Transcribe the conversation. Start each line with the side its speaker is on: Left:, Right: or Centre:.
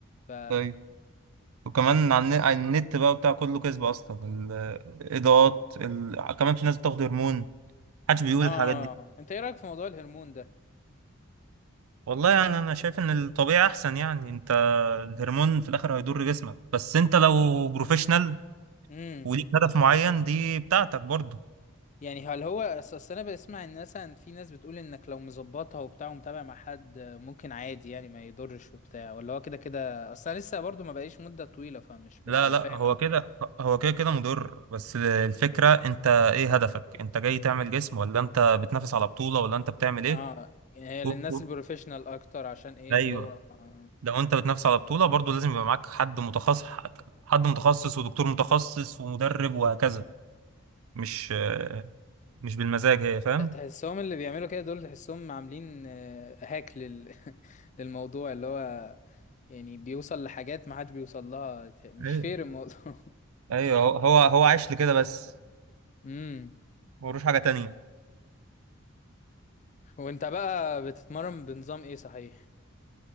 Left: ف
Right: طيب وكمان على الن- على النت بقى بتاع كله كذب اصلا الاضاءات ال... كمان في ناس بتاخد هرمون محدش بيقول
Left: اه
Right: الحاجات دي
Left: انت ايه رايك في موضوع الهرمون ده
Right: والله يعني انا شايف ان الطبيعي احسن يعني انت الهرمون في الاخر هيضر جسمك بس انت لو بروفيشنال
Left: امم
Right: وليك هدف معين دي بتاعتك برضه
Left: يعني هل هو اصل أصل انا بسمع ان مثلا في ناس بتقول انك لو مظبطها وبتاع ومتابع مع حد ممكن عادي يعني ما يضرش وبتاع ولا هو كده كده اصل انا لسه برضو ما بقيش مدة طويلة فمش ببقى
Right: لا لا
Left: فاهم
Right: هو
Left: أوي.
Right: كده هو كده كده مضر بس الفكرة انت ايه هدفك انت جاي تعمل جسم ولا انت بتنافس على بطولة ولا انت بتعمل ايه
Left: اه يعني هي
Right: و...
Left: للناس
Right: و...
Left: البروفيشنال اكتر عشان ايه
Right: ايوه
Left: اللي هو آه.
Right: لو انت بتنافس على بطولة برضو لازم يبقى معاك حد متخصص حد متخصص ودكتور متخصص ومدرب وهكذا
Left: مم.
Right: مش مش بالمزاج هي فاهم
Left: تحسهم اللي بيعملوا كده دول تحسهم عاملين آه، هاك لل... <laughs> للموضوع اللي هو يعني بيوصل لحاجات ما حدش بيوصل لها مش
Right: ايوه
Left: فير الموضوع <laughs>
Right: ايوه هو هو هو عايش لكده بس
Left: امم
Right: ملوش حاجة تانية
Left: وانت بقى بتتمرن بنظام ايه صحيح